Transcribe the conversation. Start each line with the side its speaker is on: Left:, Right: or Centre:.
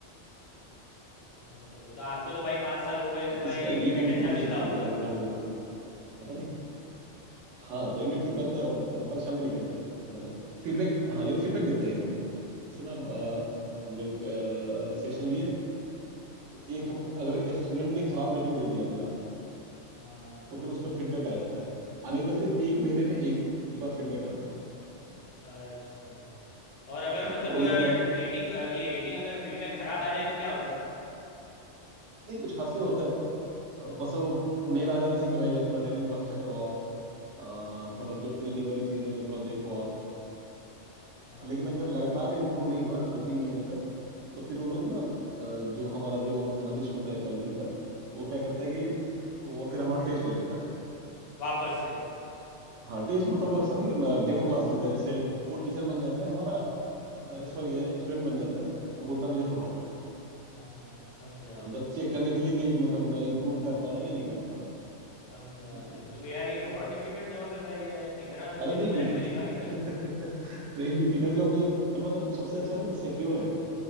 Left: अच्छा भाई तो आपको तो भाई पाँच साल हो गए
Right: तो
Left: तो
Right: किसी
Left: भाई
Right: का ये
Left: पेमेंट
Right: कम
Left: अच्छा
Right: तो सेट
Left: मिलता
Right: नहीं
Left: होगा
Right: देखा अलजेब्रा वन अलजेब्रा टू पता नहीं हाँ पेरेंट भी ठीक रहता है और मतलब परेशान भी नहीं करते ज्यादा फीडबैक हाँ लेकिन फीडबैक देते हैं जरूर जैसे ना अ,
Left: अच्छा
Right: हम लोग सेशन लिए तो
Left: हाँ
Right: एक हफ्ते अगर स्टूडेंट ने खराब रेटिंग दे दिया मेरा
Left: हाँ
Right: तो फिर उस पर फीडबैक आ जाता है आ नहीं तो फिर एक महीने में एक, एक बार फीडबैक आता है
Left: अच्छा और अगर
Right: हाँ
Left: मतलब
Right: तो वो
Left: रेटिंग
Right: लोग क्या
Left: ये रेटिंग अगर फीडबैक खराब आ जाए तो क्या होगा
Right: नहीं कुछ खास नहीं होता है अ, बस वो मेल आ जाता है कि भाई अपना रेटिंग थोड़ा अच्छा करो आप अ,
Left: हाँ
Right: थोड़ा जो ट्रेनिंग वाली चीजें हैं वो थोड़ा देखो आप
Left: हाँ
Right: लेकिन अगर लगातार इंप्रूव नहीं हुआ दो तीन महीने तक तो फिर वो लोग ना अ, जो हमारा जो एनालिस्ट होता है क्वालिटी का वो क्या
Left: हाँ,
Right: करता है कि वो फिर हमारा टेस्ट ले लेता है
Left: वापस से
Right: हाँ टेस्ट मतलब वो ऐसा नहीं डेमो क्लास लेता है जैसे वो टीचर बन जाता है हमारा
Left: हाँ
Right: सॉरी स्टूडेंट बन जाता है और बोलता है मुझे पढ़ाओ
Left: हाँ समझा
Right: हाँ मतलब
Left: समझा
Right: चेक करने के लिए कि मतलब मैं इम्प्रूव कर पा रहा हूँ या नहीं कर पा रहा हूँ
Left: समझा
Right: उसके
Left: भाई
Right: लिए
Left: तो तो यार ये बहुत
Right: हाँ।
Left: डिफिकल्ट जॉब है भाई यार इतना सब
Right: अरे
Left: कुछ
Right: नहीं
Left: तो मैंने
Right: डिफिकल्ट
Left: कभी देखा नहीं था
Right: <laughs> नहीं डिफिकल्ट जॉब नहीं है मतलब सबसे अच्छा है ना कि सिक्योर है